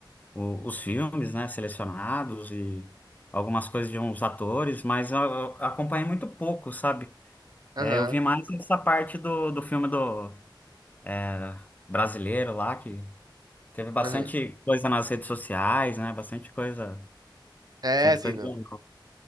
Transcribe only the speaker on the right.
aham,
aham.
É,
assim,
não.